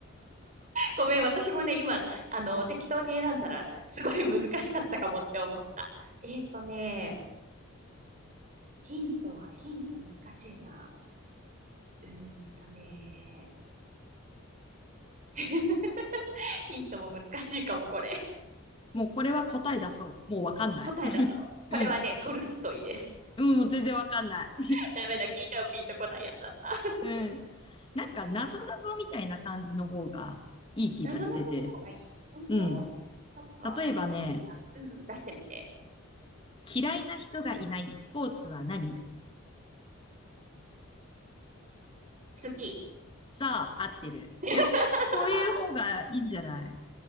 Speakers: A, on the right; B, on the left.
A: ごめん、私もね、今、あの、適当に選んだら、すごい難しかったかもって思った。えっとね、ヒントは、ヒント難しいな。うーんとね、<laughs> ヒントも難しいかも、これ。
B: もうこれは答え出そう。もうわかんない。
A: 答え出そう。これはね、
B: うん。
A: トルストイです。
B: うん、もう全然わかんない。
A: <laughs> ダメだ、聞いてもピンとこないやつだった。<laughs>
B: うん。なんか、謎々みたいな感じの方がいい気がしてて。
A: なぞなぞの方がいい本当そっか。
B: うん。例えばね、
A: オッケー、じゃあ、うんうん、出してみて。
B: 嫌いな人がいないスポーツは何
A: 好き。
B: さあ、合ってる。
A: <laughs>
B: いや、こういう方がいいんじゃない